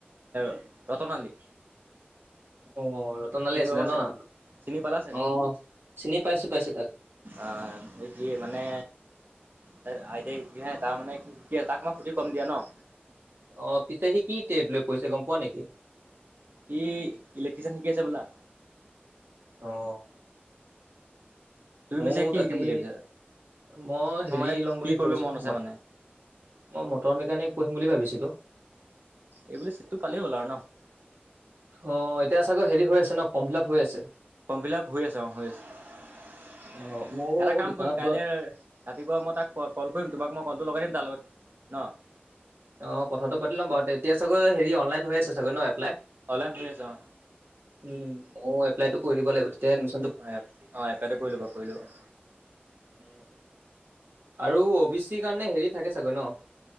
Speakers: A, on the right; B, on the right.
A: <unintelligible> ৰতনালী।
B: অ', ৰতনালী
A: চিনি
B: আছিলে
A: পাবা
B: ন'
A: চাগে
B: নামটো!
A: চিনি পালা
B: অ', চিনি পাইছোঁ-পাইছোঁ তাক।
A: অ', এই কি মানে তাৰ আইতায়েক <unintelligible> তাৰ মানে সি শিকি আছে, তাক মই সুধি কম দিয়া ন'?
B: অ', পিছে সি কি <unintelligible> লৈ পঢ়িছে, গম পোৱা নেকি?
A: ই ইলেক্ট্ৰিচিয়ান শিকি আছে হ'বলা।
B: অ'।
A: তুমি
B: ময়ো
A: পিছে কি
B: তাতেই,
A: শিকিম বুলি ভাবিছা
B: মই
A: তোমাৰ
B: হেৰি
A: মানে
B: ল'ম
A: কি
B: বুলি
A: কৰিব
B: ভাবিছোঁ
A: মন আছে
B: ম
A: মানে
B: মই, মটৰ মেকানিক পঢ়িম বুলি ভাবিছিলোঁ।
A: এইবুলি চিটটো পালেই হ'ল আৰু ন'।
B: অ', এতিয়া চাগৈ হেৰি হৈ আছে ন' ফৰ্ম ফিল-আপ হৈ আছে।
A: ফৰ্ম ফিল-আপ হৈ আছে, অ', হৈ আছে।
B: অ', ময়ো
A: এটা কাম
B: দোকানত
A: কৰিম কাইলে
B: গৈ
A: ৰাতিপুৱা মই তাক <unintelligible> ক'ল কৰিম! তোমাক মই ক'লটো লগাই দিম তাৰ লগত ন'।
B: অ', কথাটো পাতি ল'ম বাৰু, <unintelligible> এতিয়া চাগৈ হেৰি অনলাইন হৈ আছে চাগৈ ন' এপ্লাই।
A: অলাইন হৈ আছে, অ'।
B: উম, ময়ো এপ্লাইটো কৰি দিব লাগিব! তেতিয়াহে এডমিচন
A: অ', <unintelligible> অ', এপ্লাইটো কৰি ল'বা, কৰি ল'বা।
B: উম, আৰু অ' বি চি কাৰণে হেৰি থাকে চাগৈ ন'।